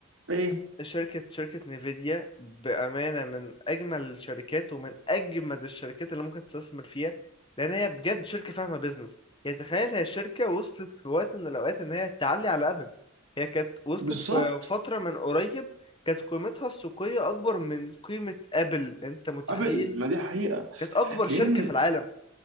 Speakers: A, on the right; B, on the left.
A: ايه
B: شركة شركة نيفيديا بأمانة من أجمل الشركات ومن أجمد الشركات اللي ممكن تستثمر فيها لأن هي بجد شركة فاهمة بيزنس يعني تخيل هي شركة وصلت في وقت من الأوقات إن هي تعلي على أبل هي كانت وصلت
A: بالظبط
B: في فترة من قريب كانت قيمتها السوقية أكبر من قيمة أبل أنت متخيل
A: قبل ما دي حقيقة
B: كانت أكبر شركة
A: لأن
B: في العالم